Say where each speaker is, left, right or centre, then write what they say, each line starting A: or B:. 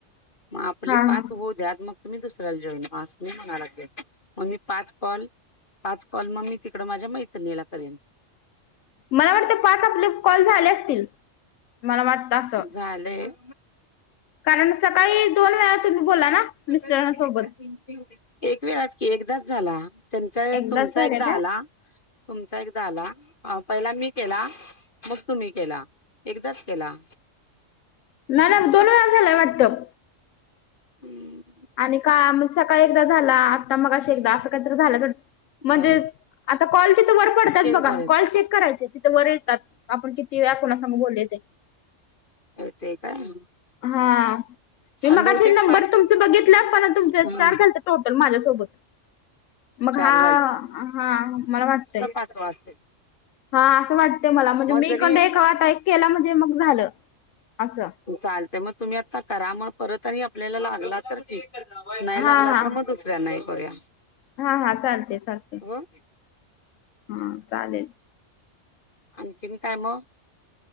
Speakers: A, on the left; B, on the left.
A: म आपले
B: हा
A: पाच
B: हा
A: होऊद्या, मग तुम्ही दुसऱ्याला जॉईंट व्हा अस मी म्हनाय लागलोय, मग मी पाच कॉल पाच कॉल मग मी तिकडं माझ्या मैत्रणीला करेल.
B: मला वाटते पाच आपले कॉल झाले असतील, मला वाटतं असं.
A: झालयं.
B: कारण सकाळी दोन वेळा तुम्ही बोललं ना?
A: एक
B: मिस्टरांसोबत.
A: वेळा कि एकदाच झाला. त्यांचा
B: एकदाच
A: तुमचा
B: झाले
A: एकदा
B: का?
A: आला, स तुमचा एकदा आला पहिला मी केला मग तुम्ही केला. एकदाच केला.
B: नाय नाय दोन वेळा झालाय वाटतं.
A: हुं.
B: आणि का म्हणजे सकाळी एकदा झाला, आता मग अं एकदा असं काहीत झालं.
A: झालं.
B: आता कॉल तिथ वर पडत्यात बघा,
A: झालेत
B: कॉल चेक करायचे तिथे वर येतात. आपण किती वेळा कोणासंग बोललोय ते.
A: कळतय काय?
B: हा मी
A: आणि
B: मघाशी
A: बहुतेक
B: नंबर
A: पाच
B: तुमच बघितल पण, तुमच्या
A: हम्म
B: चार झालंत. टोटल माझ्यासोबत मग
A: चार
B: हा हा मला वाटतंय.
A: असं वाटतंय.
B: हा असं वाटतय मला म्हणजे मी
A: जरी
B: हिकंड एक आता एक केला म्हणजे मग झालं असं.
A: चालते मग तुम्ही आता करा मग परत आणि आपल्याला लागला तर ठीक. नाही
B: हा
A: लागला
B: हा
A: तर मग दुस ऱ्याना हे करूया.
B: हा हा, चालते चालते.
A: हो
B: हा चालेल.
A: आणखीन काय म?